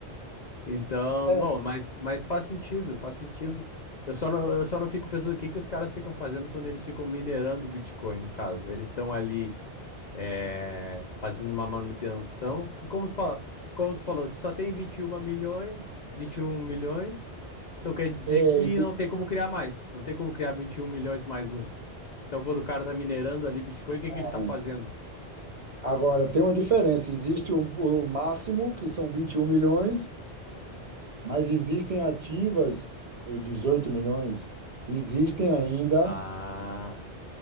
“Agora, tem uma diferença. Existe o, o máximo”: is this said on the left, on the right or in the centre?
Right